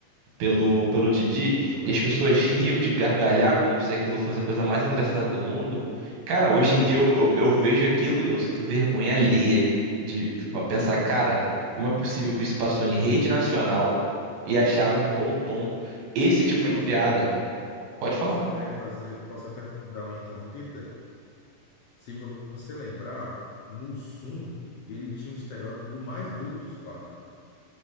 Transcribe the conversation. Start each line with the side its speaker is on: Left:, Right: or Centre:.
Right: pelo,
Left: sim,
Right: pelo Didi,
Left: eu lembro.
Right: e as pessoas riam de gargalhar como se aquilo fosse a coisa mais engraçada do mundo. Cara, hoje em dia
Left: É,
Right: eu, eu, eu vejo aquilo, eu sinto vergonha alheia de pensar, cara, como é possível que isso passou em rede nacional e acharam de bom tom esse tipo
Left: posso,
Right: de piada? Pode
Left: posso
Right: falar.
Left: até fazer, posso até dar uma interrompida? Se vo- você lembrar, Mussum, ele tinha o estereótipo do mais burro dos quatro.